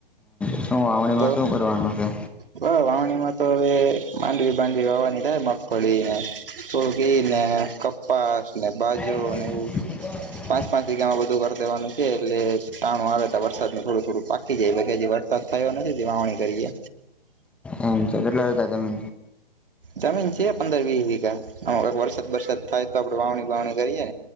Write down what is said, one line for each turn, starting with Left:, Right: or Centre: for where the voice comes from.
Centre: શું વાવણીમાં
Right: તો
Centre: શું કરવાનું છે.
Right: બ વાવણી માં તો હવે માંડવી બાડવી વાવાની થાય મગફળી <unintelligible> તો એ ને કપાસ ને બાજરો
Centre: એમ
Right: ને એવું.
Centre: <unintelligible>
Right: પાંચ પાંચ જગ્યામાં બધું કરી દેવાનું છે એટલે ટાણું આવે તો વરસાદને થોડું થોડું પાકી જાય કે હજી વરસાદ થયો નથી જે વાવણી કરીએ.
Centre: એમ છે એટલે <unintelligible> તમે.
Right: જમીન છે પંદર વીસ વીઘા આમાં વરસાદ વરસાદ થાય તો આપડણે વાવણી વાવણી કરીએ.